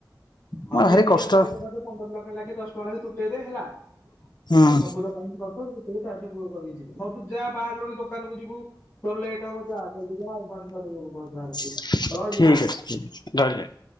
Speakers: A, on the left; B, on the left.
A: ହଁ
B: ଭାରି
A: ଦିନିକିଆ
B: କଷ୍ଟ
A: <inaudible> ପନ୍ଦର ଟଙ୍କା ଲାଗେ ଦଶ ଟଙ୍କା ଲେଖେ ତୁଟେଇ ଦେ ହେଲା। ତ
B: ହୁଁ।
A: ସବୁ ଦୋକାନ କରି କରି କେତେବେଳେ <unintelligible> ଯିବ ହଉ ତୁ ଯାହା ବାହାରିଲୁଣି ଦୋକାନକୁୁ ଯିବୁ। ତୋର ଲେଟ୍ ହବ ଯା ଜଲ୍ଦି <unintelligible>
B: ଠିକ ଅଛି
A: ରହିଲି
B: ଠିକ
A: ଆଁ
B: ଅଛି ରହିଲି ଭାଇ।